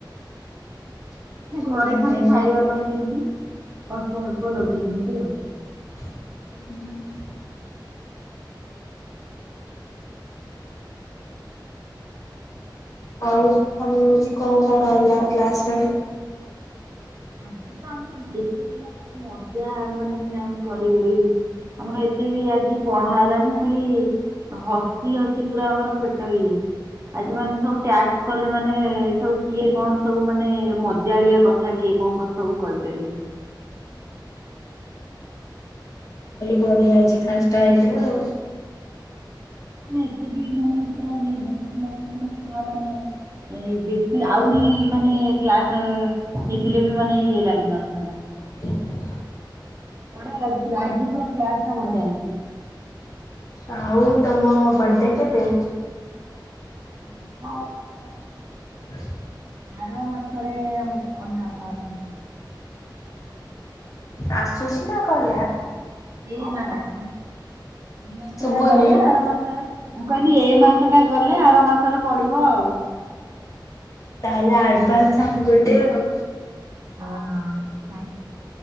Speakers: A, on the left (about 45°); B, on the right (about 40°).
A: <inaudible>
B: ମାନେ ଘରେ
A: ହୁଁ
B: ଖାଲି
A: ହୁଁ
B: ଖାଇବା ପାଇଁ ଯେମିତି। ଅଳ୍ପ ଅଳ୍ପ ଲଗେଇ ଦିଅନ୍ତି ଆଉ।
A: ହୁଁ ହୁଁ, ଆଉ ତମର ଆଜି କଣ ପଢା ହେଲା କ୍ଲାସରେ-
B: ଆଜି ତ ଆମର ବେଶୀ ହେଲା ଖାଲି ମଜା ମାନେ ମ୍ୟାମ କରି କରି ଆମର ଏତେ ବି ଆଜି ପଢା ହେଲାନି ଖାଲି ହସି ହସି ପୁରା ଆମର ପେଟ ଇଏ। ଆଜି ମାନେ ସବୁ ଟାସ୍କ କଲେ ମାନେ ସବୁ କିଏ କଣ ସବୁ ମାନେ ମଜାଳିଆ କଥା କିଏ କଣ କ ସବୁ କହିପାରିବୁ।
A: ଖାଲି ବଢିଆ ଅଛି ନଷ୍ଟା ହେଇଥିବ ଆଉ।
B: ଏତେ ବି ମାନେ ପୁରା ଇଏ ମାନେ ପୁରା ମାନେ ଏଇ ବେଶୀ ଆହୁରି ମାନେ କ୍ଲାସ ହେଇଥିଲେ ବି ମାନେ ଇଏ ଲାଗିନଥାନ୍ତା
A: <inaudible>
B: ବଢିଆଲାଗୁଥିଲା ଆଜି ପୁରା କ୍ଲାସ ଟା ବଢିଆ ହେଇଛି।
A: ଆଉ ତମ ବଡେ କେବେ?
B: <unintelligible>
A: <inaudible>
B: ଆର ମାସ ରେ ହବ ଆର ମାସ।
A: ଆସୁ ସ ନା କହିଲା।
B: ଏ ନା। <unintelligible> ଏଇ ମାସ
A: ଶୁଭୁନି?
B: ଟା ଗଲେ ଆର ମାସ ମୁଁ କହିଲି ଏ ମାସ ଟା ଗଲେ ଆର ମାସରେ ପଡିବ ଆଉ।
A: ତାହେଲେ ଆଡଭାନ୍ସ ହାପିବଡେ ଆଉ।
B: ହଁ ଥ୍ୟଙ୍କ